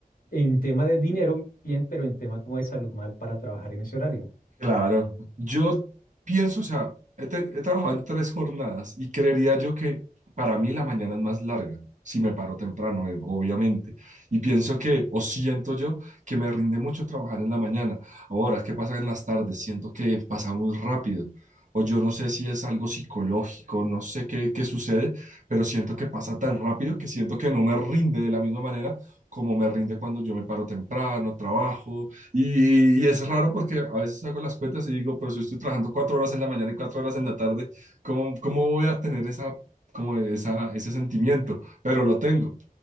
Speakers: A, on the left; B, on the right.
A: en tema de dinero bien, pero en tema como de salud mal para trabajar en ese horario.
B: Claro, yo pienso, o sea, he, te- he trabajado en tres jornadas y creería yo que para mí la mañana es más larga, si me paro temprano, eh, obviamente. Y pienso que, o siento yo, que me rinde mucho trabajar en la mañana. Ahora, ¿qué pasa en las tardes? Siento que pasa muy rápido. O yo no sé si es algo psicológico, no sé qué, qué sucede, pero siento que pasa tan rápido que siento que no me rinde de la misma manera como me rinde cuando yo me paro temprano, trabajo. Y, y es raro porque a veces hago las cuentas y digo, pero si estoy trabajando cuatro horas en la mañana y cuatro horas en la tarde, ¿cómo, cómo voy a tener esa, como esa, ese sentimiento? Pero lo tengo.